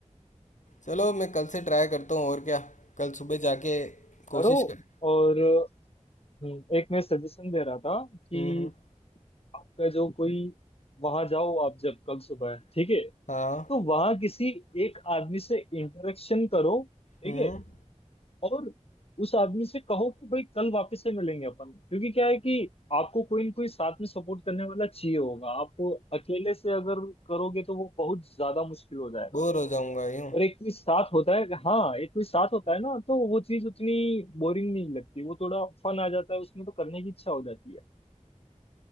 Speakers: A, on the left; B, on the left.
A: चलो मैं कल से ट्राई करता हूँ और क्या कल सुबह जाके
B: करो
A: कोशिश कर
B: और हम्म, एक मैं सजेशन दे रहा था कि
A: हम्म हम्म
B: आपका जो कोई वहां जाओ आप जब कल सुबह ठीक है
A: हाँ
B: तो वहां किसी एक आदमी से इंटरेक्शन करो ठीक
A: हम्म
B: है और उस आदमी से कहो कि भाई कल वापस से मिलेंगे अपन क्योंकि क्या है कि आपको कोई ना कोई साथ में सपोर्ट करने वाला चाहिए होगा आप अकेले से अगर करोगे तो वो बहुत ज्यादा मुश्किल हो जाएगा
A: बोर हो जाऊंगा यूं
B: और एक कोई साथ होता है हाँ एक कोई साथ होता है ना तो वो चीज उतनी बोरिंग नहीं लगती वो थोड़ा फन आ जाता है उसमें तो करने की इच्छा हो जाती है